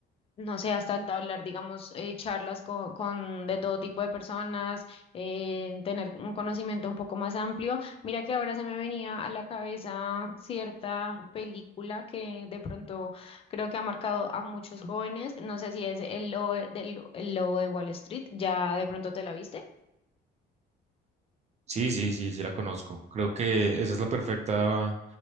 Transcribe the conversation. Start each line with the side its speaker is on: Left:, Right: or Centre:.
Left: no seas hasta hablar, digamos, eh, charlas con, con de todo tipo de personas, eh, tener un conocimiento un poco más amplio. Mira que ahora se me venía a la cabeza cierta película que de pronto creo que ha marcado a muchos jóvenes. No sé si es El Lobo de, del- El Lobo de Wall Street, ¿ya de pronto te la viste?
Right: Sí, sí, sí, sí la conozco. Creo que esa es la perfecta,